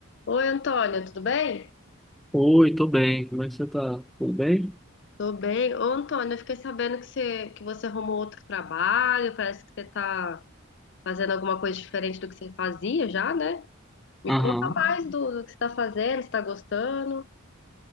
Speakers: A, on the left (about 55°); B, in the centre.
A: Oi, Antônia, tudo bem?
B: Oi, tô bem. Como é que você tá? Tudo bem?
A: Tô bem. Ô, Antônia, eu fiquei sabendo que você, que você arrumou outro trabalho, parece que você tá fazendo alguma coisa diferente do que você fazia já, né? Me
B: Aham.
A: conta mais do, do que você tá fazendo, se tá gostando.